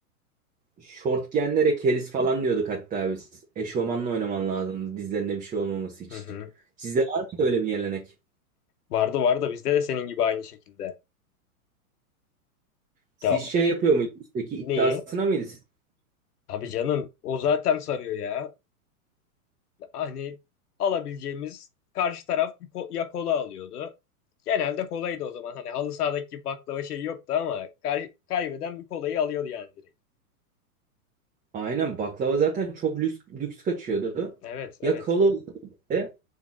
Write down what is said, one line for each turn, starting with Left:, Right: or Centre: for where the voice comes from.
Right: Şort giyenlere keriz falan diyorduk hatta biz. Eşofmanla oynaman lazımdı dizlerine bir şey olmaması için.
Left: hı hı.
Right: Sizde var mıydı öyle bir gelenek?
Left: Vardı vardı bizde de senin gibi aynı şekilde.
Right: Siz
Left: Ya
Right: şey yapıyor muydunuz peki iddiasına
Left: neyi?
Right: mıydı? siz?
Left: Abi canım o zaten sarıyor ya. Hani alabileceğimiz karşı taraf bir ko- ya kola alıyordu. Genelde kolaydı o zaman. Hani halı sahadaki gibi baklava şey yoktu ama kay- kaybeden bir kolayı alıyordu yani direkt.
Right: Aynen baklava zaten çok lüks, lüks kaçıyordu.
Left: Evet, evet.
Right: Ya kola oluyordu bir de,